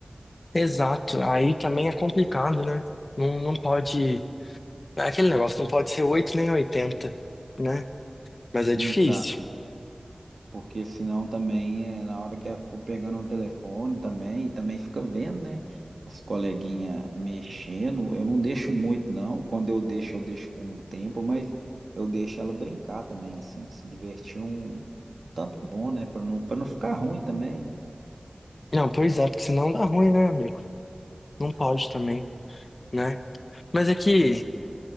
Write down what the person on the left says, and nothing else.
Exato, aí também é complicado, né? Não, não pode. é Aquele negócio não pode ser 8 nem 80, né? Mas é
difícil.
Não, pois é, porque senão dá ruim, né, amigo? Não pode também, né? Mas é que